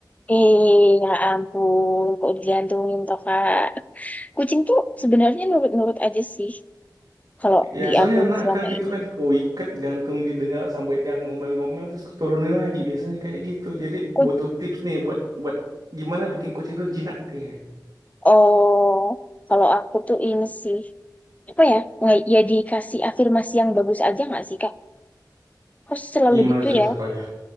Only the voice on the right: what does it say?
Ya,
soalnya
nakal
gitu
kan, aku ikat gantung jendela sampai dia ngomel-ngomel terus aku turunin lagi. Biasanya kayak gitu. Jadi
butuh tips nih buat buat gimana bikin kucing itu jinak kayak.
Gimana
tuh
contohnya?